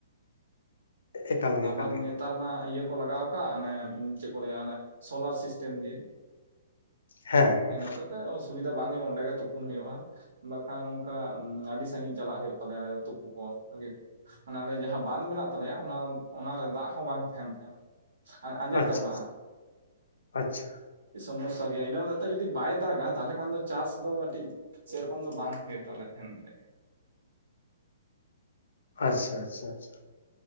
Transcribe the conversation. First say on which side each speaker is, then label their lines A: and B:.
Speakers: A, on the left; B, on the right.
A: ᱮᱠᱟᱞ ᱜᱮ
B: ᱟᱵᱟᱨ
A: ᱮᱠᱟᱞ ᱜᱮ
B: ᱱᱮᱛᱟᱨ ᱢᱟ ᱤᱭᱟᱹ ᱠᱚ ᱞᱟᱜᱟᱣ ᱠᱟᱜ ᱚᱱᱮ ᱪᱮᱫ ᱠᱚ ᱞᱟᱹᱭᱟ ᱚᱱᱮ ᱥᱳᱞᱟᱨ ᱥᱤᱥᱴᱮᱢ ᱜᱤ
A: ᱦᱮᱸ ᱦᱮᱸ
B: ᱤᱱᱟᱹ ᱦᱚᱛᱮᱜ ᱛᱮ ᱚᱥᱩᱵᱤᱫᱟ ᱵᱟᱝ ᱦᱩᱭᱩᱜᱼᱟ ᱚᱸᱰᱮ ᱜᱮ ᱛᱩᱯᱩᱱ ᱦᱩᱭᱩᱜᱼᱟ ᱾ ᱵᱟᱠᱷᱟᱱ ᱚᱱᱠᱟ ᱟᱹᱰᱤ ᱥᱟᱺᱜᱤᱧ ᱪᱟᱞᱟᱜ ᱦᱩᱭᱩᱜ ᱛᱟᱞᱮᱭᱟ ᱟᱞᱮ ᱛᱩᱯᱩ ᱠᱚ ᱞᱟᱜᱩᱫ ᱢᱟᱱᱮ ᱟᱞᱮ ᱡᱟᱦᱟᱸ ᱵᱟᱸᱱᱫᱷ ᱢᱮᱱᱟᱜ ᱛᱟᱞᱮᱭᱟ ᱚᱱᱟ ᱚᱱᱟᱨᱮ ᱫᱟᱜ ᱦᱚᱸ ᱵᱟᱝ ᱛᱟᱦᱮᱸᱱ ᱛᱟᱦᱮᱸᱱᱟ ᱟᱨ ᱟᱸᱡᱮᱫ
A: ᱟᱪᱪᱷᱟ
B: ᱪᱟᱵᱟᱜᱼᱟ ᱾
A: ᱟᱪᱪᱷᱟ
B: ᱥᱚᱢᱚᱥᱥᱟ ᱜᱮᱭᱟ ᱤᱱᱟᱹ ᱦᱚᱛᱮᱡ ᱛᱮ ᱡᱩᱫᱤ ᱵᱟᱭ ᱫᱟᱜᱟ ᱛᱟᱞᱦᱮ ᱠᱷᱟᱱ ᱫᱚ ᱪᱟᱥ ᱫᱚ ᱴᱤᱡ ᱥᱮ ᱨᱚᱠᱚᱢ ᱫᱚ ᱵᱟᱝ ᱦᱩᱭᱩᱜ ᱛᱟᱞᱮ ᱛᱟᱦᱮᱸᱱ ᱾
A: ᱟᱪᱪᱷᱟ ᱟᱪᱪᱷᱟ ᱟᱪᱪᱷᱟ